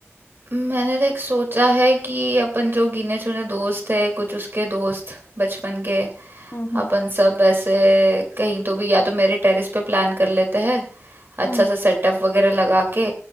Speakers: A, on the right; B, on the left.
A: मैंने देख सोचा है कि अपन जो गिने चुने दोस्त है कुछ उसके दोस्त बचपन के
B: हम्म हम्म
A: अपन सब ऐसे कहीं तो भी या तो मेरे टेरेस पे प्लान कर लेते हैं अच्छा
B: हम्म
A: सा सेटअप वगैरह लगा के